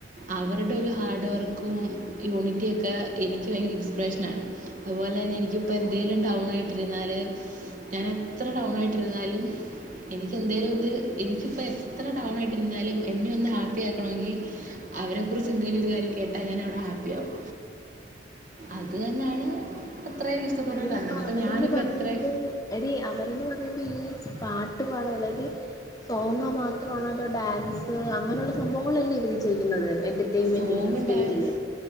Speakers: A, on the right; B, on the left.
A: അവരുടെ ഒരു ഹാർഡ് വർക്കും യൂണിറ്റെയൊക്കെ എനിക്ക് ഭയങ്കര ഡിസ്പ്രേറഷനാണ് അതുപോലെ തന്നെ എനിക്കിപ്പം എന്തേലും ഡൗൺ ആയിട്ടിരുന്നാൽ ഞാൻ എത്ര ഡൗണ ആായിട്ടിരുന്നാലും എനിക്ക എന്തേലും ഇത് എനിക്കിപ്പോം എത്ര ഡൗണ് ആയിട്ടിരുന്നാലും എന്നെ ഒന്ന് ഹാപ്പി ആക്കണമെങ്കിൽ അവരെ കുറിച്ച് എന്തേലൊരു കാര്യം കേട്ടാൽ ഞാൻ അവിടെ ഹാപ്പി ആകും അത് തന്നെയാണ് അത്രയും ഇഷ്ടപ്പെടാൻ
B: എടീ
A: കാരണം
B: ഇപ്പൊ
A: ഇപ്പം
B: അവരൊന്ന്
A: ഞാനിപ്പോൾ
B: പറയണ്ടേ
A: എത്ര
B: എടീ അവരൊന്ന് പറയുമ്പോ ഈ സ്പാട്ട് പാടാ അതായത് സോങ്ങ് മാത്രമാണോ അതോ ഡാൻസ് അങ്ങനെയുള്ള സംഭവങ്ങളല്ലേ ഇവര് ചെയ്യുന്നത് എന്റ പൈമന്റിങ്ങനെ
A: സോങ്ങും
B: സ്റ്റേജില്
A: ഡാൻസ്